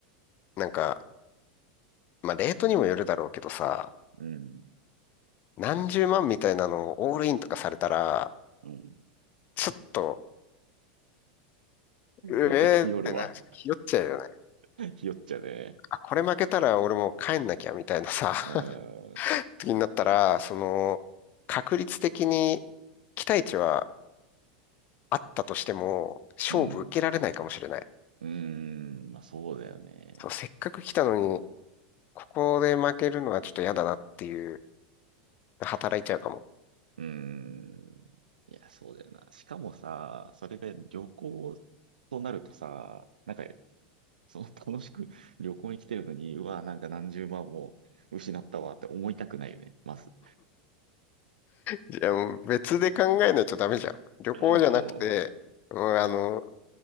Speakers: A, on the left; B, on the right.
A: うん、なんか、まあ、レートにもよるだろうけどさ、
B: うん、
A: 何十万みたいなのをオールインとかされたら、
B: うん。
A: ちょっと、うえーってな、
B: めっちゃ日和るわ。
A: ひよっちゃうよね。
B: <laughs> 日和っちゃうね。
A: あ、これ負けたら俺もう帰んなきゃみたいなさ、
B: うーん、
A: <laughs> 時になったら、その、確率的に期待値はあったとしても、勝負受けられないかもしれない。
B: うん、うーん、まあそうだよね。
A: そう、せっかく来たのに、ここで負けるのはちょっと嫌だなっていう、働いちゃうかも。
B: うーん、いや、そうだよな。しかもさ、それが旅行となるとさ、なんか、その楽しく旅行に来てるのに、うわ、なんか何十万も失ったわって思いたくないよね、まず。
A: いや、もう別で考えないとダメじゃん。
B: <laughs>
A: 旅行じゃなくて、
B: あ、まあまあ、
A: うん、あの、